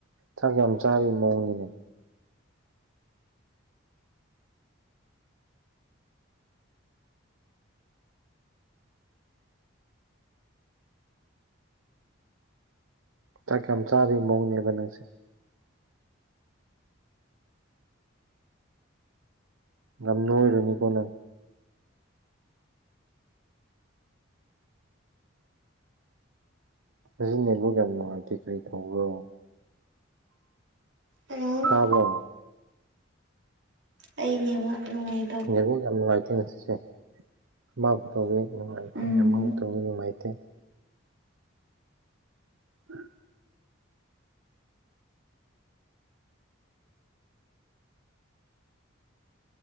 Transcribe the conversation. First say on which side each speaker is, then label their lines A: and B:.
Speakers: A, on the right (about 80°); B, on the right (about 60°).
A: ꯀꯌꯥꯝ ꯆꯥꯔꯤ ꯃꯑꯣꯡꯅꯤꯅꯦ ꯆꯥꯛ ꯀꯌꯥꯝ ꯆꯥꯕꯒꯤ ꯃꯑꯣꯡꯅꯦꯕ ꯅꯪꯁꯦ ꯌꯥꯝ ꯅꯣꯏꯔꯨꯅꯤꯀꯣ ꯅ ꯑꯗꯨꯖꯤ ꯅꯦꯠꯕꯨ ꯭ꯌꯥ ꯅꯨꯡꯉꯥꯏꯇꯦ ꯀꯔꯤ ꯇꯧꯕ꯭ꯔꯣ
B: ꯍꯜꯂꯣ
A: ꯇꯥꯕꯣ
B: ꯑꯩꯉ ꯅꯨꯡꯉꯥꯏꯦ
A: ꯉꯣ ꯌꯥꯝ ꯅꯨꯡꯉꯥꯏꯇꯦ ꯉꯁꯤꯁꯦ ꯑꯃꯕꯨ ꯇꯧꯕꯋꯤ ꯅꯨꯡꯉꯥꯏꯇꯦ
B: ꯎꯝ
A: ꯑꯃꯕꯨ ꯇꯧꯤ ꯅꯨꯡꯉꯥꯏꯇꯦ ꯠꯇ ꯎꯝ